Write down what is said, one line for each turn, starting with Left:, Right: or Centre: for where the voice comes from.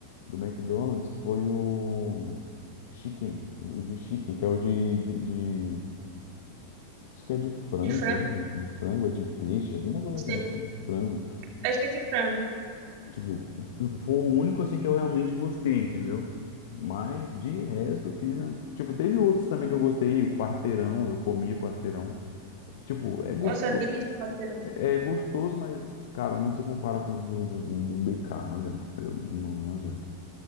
Left: do McDonald's foi o chicken, o de chicken, que é o de, de, de- acho que é de frango,
Right: De frango,
Left: ele,
Right: não
Left: né? de frango, é de peixe, alguma coisa
Right: sei.
Left: assim, acho que é de frango.
Right: Acho que é de frango.
Left: Tipo, foi o único assim que eu realmente gostei, entendeu? Mas de resto, filho, tipo, teve outros também que eu gostei, o quarteirão, eu comi o quarteirão. Tipo, é gostoso.
Right: Nossa, é delícia, Matheus.
Left: É gostoso, mas, cara, não se compara com os do, do, do- do BK, não adianta, eu- não, não adianta.